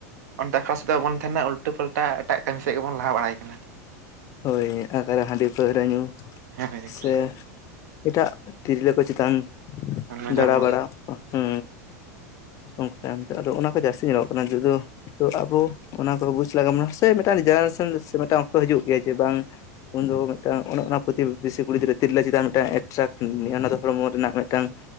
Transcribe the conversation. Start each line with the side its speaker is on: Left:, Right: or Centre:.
Right: ᱚᱸᱛᱮ ᱟᱠᱷᱲᱟ ᱥᱮᱫᱟᱜ ᱟᱵᱚᱱ ᱛᱟᱦᱮᱱᱟ ᱩᱞᱴᱟᱹ ᱯᱟᱞᱴᱟ ᱮᱴᱟᱜ ᱠᱟᱹᱢᱤ ᱥᱮᱫ ᱜᱮᱵᱚᱱ ᱞᱟᱦᱟ ᱵᱟᱲᱟᱭ ᱠᱟᱱᱟ ᱾
Left: ᱦᱳᱭ ᱟᱜᱟᱨ ᱦᱟᱺᱰᱤ ᱯᱟᱹᱣᱨᱟᱹ ᱧᱩ
Right: ᱦᱮᱸ
Left: ᱥᱮ ᱮᱴᱟᱜ ᱛᱤᱨᱞᱟᱹ ᱠᱚ ᱪᱮᱛᱟᱱ
Right: ᱱᱚᱡᱚᱨ
Left: ᱫᱟᱬᱟ
Right: ᱢᱚᱱ
Left: ᱵᱟᱲᱟ ᱾ ᱦᱩ ᱚᱱᱠᱩ ᱛᱟᱭᱚᱢ ᱛᱮ ᱟᱫᱚ ᱚᱱᱟ ᱠᱚ ᱡᱟᱹᱥᱛᱤ ᱧᱮᱞᱚᱜ ᱠᱟᱱᱟ ᱱᱤᱛᱳᱜᱼᱫᱚ ᱛᱚ ᱟᱵᱚ ᱚᱱᱟ ᱠᱚ ᱵᱩᱡᱽ ᱞᱟᱜᱟᱣ ᱵᱚᱱᱟ ᱥᱮ ᱢᱮᱴᱟᱱ ᱡᱮᱱᱟᱨᱮᱥᱚᱱ ᱥᱮ ᱢᱤᱫᱴᱟᱝ ᱚᱠᱛᱚ ᱦᱤᱡᱩᱜ ᱜᱮᱭᱟ ᱡᱮ ᱵᱟᱝ ᱩᱱᱫᱚ ᱢᱤᱫᱴᱟᱝ ᱚᱱᱮ ᱚᱱᱟ ᱯᱨᱚᱛᱤ ᱵᱮᱥᱤ ᱠᱩᱲᱤ ᱜᱤᱫᱽᱨᱟᱹ ᱛᱤᱨᱞᱟᱹ ᱪᱮᱫᱟᱱ ᱢᱤᱫᱴᱟᱝ ᱮᱴᱨᱟᱠᱴ ᱚᱱᱟ ᱫᱚ ᱦᱚᱲᱢᱚ ᱨᱮᱱᱟᱜ ᱢᱤᱫᱴᱟᱝ